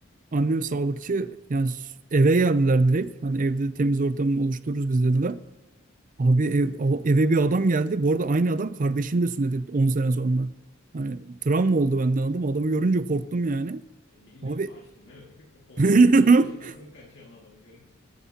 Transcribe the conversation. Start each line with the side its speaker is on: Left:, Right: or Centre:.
Right: Annem sağlıkçı yani s- eve geldiler direkt. Hani evde temiz ortamı oluştururuz biz dediler. Abi ev- a- eve bir adam geldi. Bu arada aynı adam kardeşini de sünnet etti 10 sene sonra. Hani travma oldu benden adam. Adamı görünce korktum yani.
Left: E, Yine
Right: Abi
Left: kaçtın değil mi? <laughs> On-
Right: <laughs>
Left: 15 yaşındasın kaçıyorsun adamı görünce.